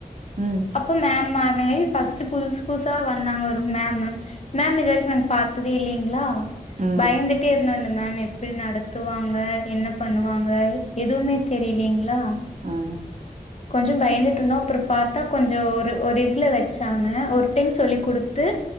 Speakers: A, on the right (about 55°); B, on the left (about 45°).
A: ம்
B: அப்போ மேம் மாற்னாங்க ஃபஸ்ட்டு புதுசு புதுசா வந்தாங்க ஒரு மேம்மு மேம் இதுவரைக்கும் நாங்க பாத்ததே இல்லிங்களா
A: ம்
B: பயந்துட்டே இருந்தோம் இந்த மேம் எப்டி நட த்துவாங்க என்ன பண்ணுவாங்க எதுமே தெரியலீங்களா
A: ம்
B: கொஞ்சம் பயந்துட்டுருந்தோம் அப்புறம் பாத்தா கொஞ்சம் ஒரு ஒரு இதுல வச்சாங்க ஒரு டைம் சொல்லி குடுத்து